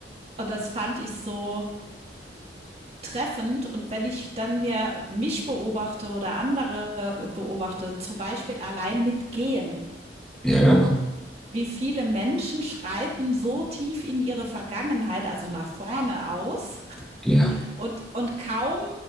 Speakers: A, on the right; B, in the centre.
A: Und das fand ich so treffend. Und wenn ich dann mir mich beobachte oder andere äh, beobachte, zum Beispiel allein mit Gehen,
B: ja, ja,
A: wie viele Menschen schreiten so tief in ihre Vergangenheit, also nach vorne aus
B: ja.
A: und, und kaum